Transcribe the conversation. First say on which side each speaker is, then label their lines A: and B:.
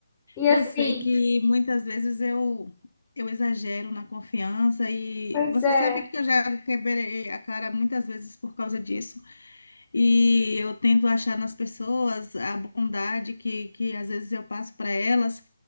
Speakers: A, on the left; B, on the left.
A: E
B: Eu
A: assim,
B: sei que muitas vezes eu, eu exagero na confiança e
A: pois
B: você
A: é.
B: sabe que eu já quebrei a cara muitas vezes por causa disso. E eu tento achar nas pessoas a bondade que, que às vezes eu passo para elas